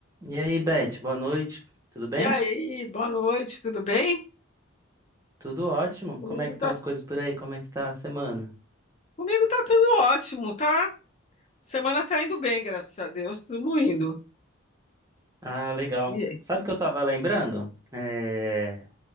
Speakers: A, on the right (about 15°); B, on the left (about 30°).
A: E aí, Beth, boa noite. Tudo bem?
B: E aí, boa noite, tudo bem?
A: Tudo ótimo.
B: Comigo
A: Como é que
B: tá,
A: estão as coisas por aí? Como é que tá a semana?
B: comigo tá tudo ótimo, tá? Semana tá indo bem, graças a Deus, tudo indo.
A: Ah, legal.
B: E-
A: Sabe o que eu tava lembrando? É...